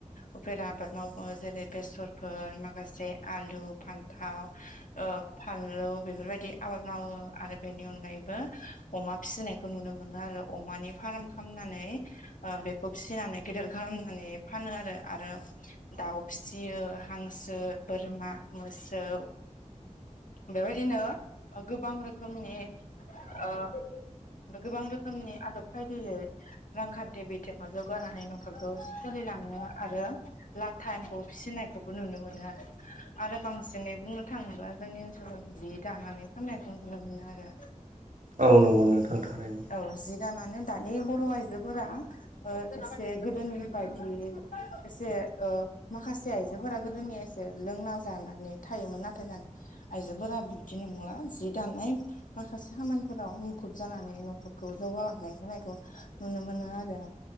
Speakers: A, on the left; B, on the right.
A: उफेर आबाद मावो जेरै बेसरफोर माखासे आलु फान्थाव। ओ फानलु बेफोरबायदि आबाद मावो आरो बेनि अनगायैबो अमा फिनायखौ नुनो मोनो आरो अमानि फार्म खालामनानै ओ बेखौ फिनानै गेदेर खालामनानै फानो आरो आरो दाउ फियो हांसो बोरमा मोसौ। बेबायदिनो गोबां रोखोमनि ओ गोबां रोखोमनि आदब खायदायै रांखान्थि बिथिङाव जौगानानै न'खरखौ सोलिलाङो आरो लाथा एम्फौ फिनायखौबो नुनो मोनो आरो आरो बांसिनै बुंनो थाङोब्ला जोंनि ओनसोलाव जि दानानै फाननायखौ नुनो मोनो आरो।
B: औ नंगौ नोंथां थारैनो।
A: औ जि दानानै दानि बर' आयजोफोरा ओ एसे गोदोनि बायदि एसे ओ माखासे आइजोफोरा गोदोनिया लोंना जानानै थायोमोन नाथाय <unintelligible> आइजोफोरा बिदि नंला जि दानाय माखासे खामानिफोराव मुखुब जानानै न खौ जौगालांनाय होनायखौ नुनो मोनो आरो।